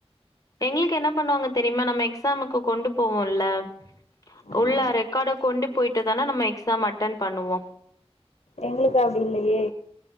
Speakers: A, on the left; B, on the left.
A: எங்ளுக்கு என்ன பண்ணுவாங்க தெரிமா நம்ம எக்ஸாமுக்கு கொண்டு போவோல்ல
B: ஆமா
A: உள்ள ரெக்கார்ட கொண்டு போயிட்டு தானே நம்ம எக்ஸாம் அட்டன் பண்ணுவோ
B: எங்களுக்கு அப்படி இல்லையே